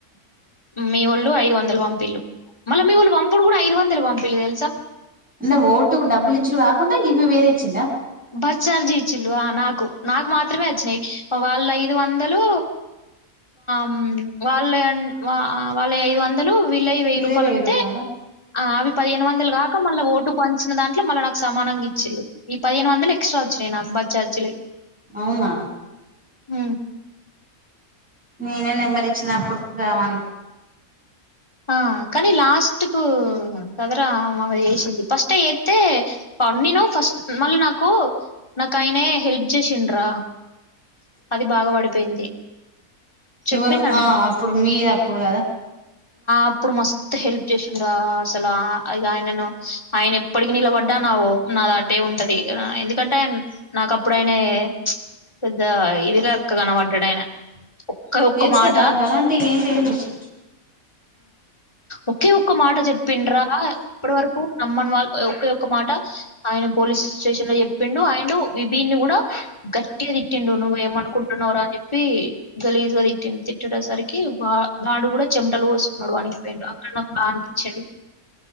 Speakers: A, on the left; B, in the centre.
A: మీ ఒళ్ళు ఐదు వందల పంపిళ్లు మళ్ళీ మీ వాళ్ళు పంపుడు కూడా ఐదు వందల పంపిలు తెలుసా
B: అంటే ఓటుకు డబ్బులు ఇచ్చడు కాకుండా ఇవి వేరే ఇచ్చిండా
A: బస్ చార్జి ఇచ్చిళు నాకు నాకు మాత్రమే వచ్చినాయి వాళ్ళ ఐదు వందలు మ్మ్ వాళ్ళ వాళ్ళ ఐదు వందలు వళ్ల వెయ్యి
B: మీరే
A: రూపాయాలతే
B: రూపాయల
A: అవి పదిహేను వందలు కాక మళ్ళ ఓట్ ఇటు వంచిన దాంట్లో మళ్ళ నాకు సమానంగా ఇచ్చి పదిను వందలు ఎక్స్ట్రా వచ్చినాయి నాకు బస్ ఛార్జ్
B: అవునా
A: హ
B: నేనే నెంబర్ ఇచ్చినప్పుడు రేమా
A: ఆ కాని లాస్ట్ కు కదర మా వేసింది ఫస్ట్ ఏతే పంపినా ఫస్ట్ మళ్ళీ నాకు నాకు ఆయనే హెల్ప్ చేసిండ్రా అది బాగా పడిపోయింది చెప్పినా
B: ఎవరు ఆ అప్పుడు మీది అప్పుడు కదా
A: అప్పుడు మస్తు హెల్ప్ ఇగ అసలు ఇగ ఆయనను ఆయన ఎప్పటికి నిలబడిన నా ఓటు ఆయనకే ఉంటది ఎందుకంటే నాక అప్పుడైనా ఇది ఇదిలెక్క కనబడ్డాయన ఒకక్కే ఒక్క
B: చేత్తర్రా
A: మాట
B: గలాంటివి ఏం లేదు ఇస్తా
A: ఒకే ఒ ఒ మాట చెప్పిండ్రా ఇప్పటి వరకు నమ్మని వాళ్ళ ఒక ఒక్క మాట ఆయన పోలీస్ స్టేషన్ లో చెప్పిండు ఆయండు విభిని కూడా గట్టిగా తిట్టిండు నువ్వు ఏమనుకుంటున్నావురా అని చెప్పి గలీజుగా తిట్టిండు. తిట్టే సరికి వా వాడు కూడా చెమటలు పోసుకున్నాడు వణికిపోయిండు అక్కడ నాకు బాద్ అనిపించిండు